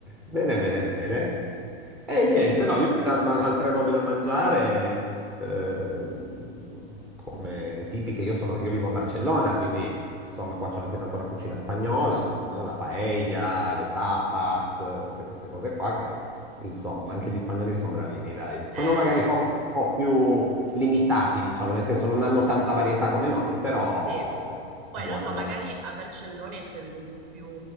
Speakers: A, in the centre; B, on the right.
A: Bene, bene, bene. E
B: Eh,
A: niente, no, io più che al- ma- altre robe da mangiare, ehm, come tipiche, io sono, io vivo a Barcellona, quindi... Insomma, qua c'è anche tanto la cucina spagnola, no? La paella, le tapas, eh, tutte queste cose qua che, insomma, anche gli spagnoli sono bravini, dai.
B: eh,
A: Sono magari forse un po' più limitati, diciamo, nel senso non hanno tanta varietà come noi, però
B: Sì, poi
A: è buona,
B: non so,
A: è buona.
B: magari a Barcellona, essendo un po' più